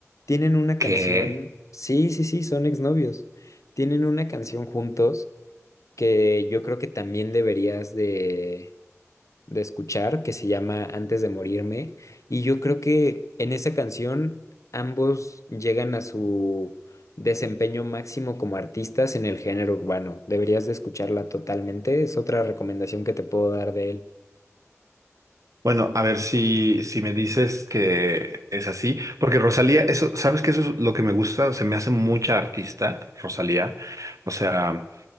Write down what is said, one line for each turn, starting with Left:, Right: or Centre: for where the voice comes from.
Left: tienen una canción,
Right: Que,
Left: sí, sí, sí, son exnovios, tienen una canción juntos que yo creo que también deberías de de escuchar que se llama Antes de morirme. Y yo creo que en esa canción ambos llegan a su desempeño máximo como artistas en el género urbano. Deberías de escucharla totalmente. Es otra recomendación que te puedo dar de él.
Right: bueno, a ver si, si me dices que es así, porque Rosalía, eso, ¿sabes que Eso es lo que me gusta, se me hace mucha artista, Rosalía. O sea...